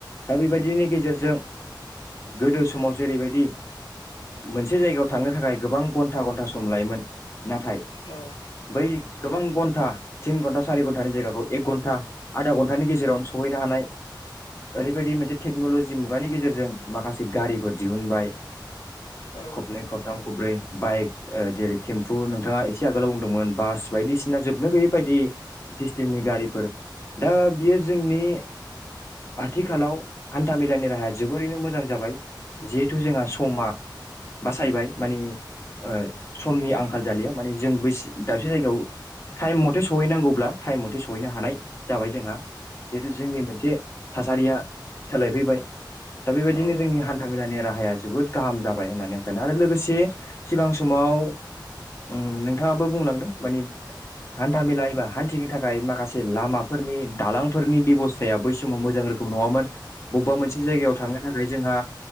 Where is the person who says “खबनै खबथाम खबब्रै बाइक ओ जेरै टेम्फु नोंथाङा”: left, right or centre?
Left